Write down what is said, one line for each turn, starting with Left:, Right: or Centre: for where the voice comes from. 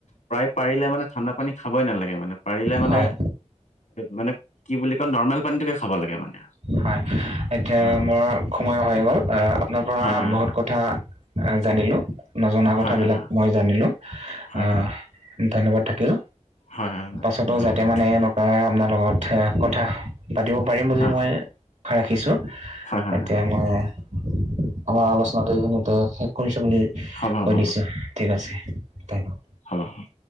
Left: প্ৰায় পাৰিলে মানে ঠাণ্ডা পানী খাবই নালাগে মানে পাৰিলে মানে
Right: হয়
Left: মানে কি বুলি কয় নৰ্মেল পানীটোকে খাব লাগে মানে
Right: হয় এতিয়া
Left: অ',
Right: মোৰ সময় হৈ গ'ল আ। ন পৰা
Left: হয় হয়
Right: বহুত কথা আ জানিলো নজনা কথাবিলাক
Left: হয় হয় হয়
Right: মই জানিলো
Left: হয়
Right: আহ
Left: হয়
Right: ধন্যবাদ থাকিল
Left: হয় হয় হয়
Right: পাছতো
Left: ধন্যবাদ
Right: যাতে মানে আ আপোনাৰ লগত কথা পাতিব পাৰিম বুলি
Left: হয়
Right: মই আশা ৰাখিছো।
Left: হয় হয়
Right: এতিয়া
Left: হয়
Right: মই এ আমাৰ আলোচনাটো এইখিনিতে কৰিছোঁ বুলি
Left: হ'ব হ'ব
Right: কৈ দিছোঁ ঠিক আছে ঠেংক
Left: হব হয়।